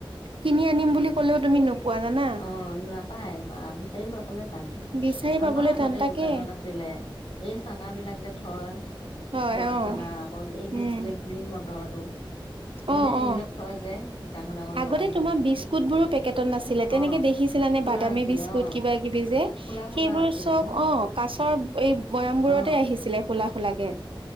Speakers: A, on the right; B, on the left.
A: কিনি আনিম বুলি ক'লেও তুমি নোপোৱা। জানা
B: অ। নাপায় বা বিচাৰি পাব। মানে টান,
A: বিচাৰি পাবলৈ
B: আমাৰ আগতে
A: টান তাকে
B: দোকানত আছিলে, এই চানা বিলাক যে হয়।
A: হয়
B: জলা
A: অ
B: চানা আকৌ এইটো
A: উম
B: যে গ্ৰীণ মটৰটো
A: অ
B: হয়নে এইবিলাক
A: অ
B: থয় যে। ডাঙৰ ডাঙৰ
A: আগতে
B: বৈয়াম বিলাকত
A: তোমাৰ বিস্কুট বোৰো পেকেটত নাছি আছিলে তেনেকে
B: অ
A: দেখিছিলা নে
B: খোলা
A: বাদামী
B: আছিলে
A: বিস্কুট
B: অ
A: কিবা কিবি যে।
B: খোলা খোলা
A: সেইবোৰ
B: আছিলে
A: চব
B: ন
A: অ কা পাছত এই বয়ামবোৰতে
B: অ
A: আহিছিলে খোলা লাগে।